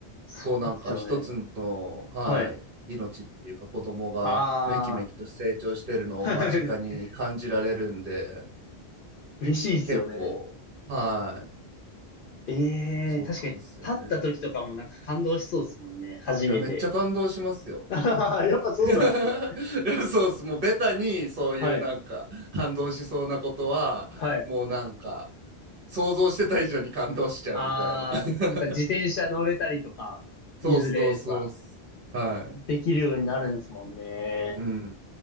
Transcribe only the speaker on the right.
こうなんか一つの、はい、
命っていうか子供がめきめきと成長してるのを間近に感じられるんで、
結構、はい。
そうなんですよね。
いや、めっちゃ感動しますよ。
<laughs> いや、そうっす。もうベタにそういうなんか感動しそうなことは、
もうなんか、想像してた以上に感動しちゃうみたいな。
<laughs>
そうそうそうっす。
はい。
うん。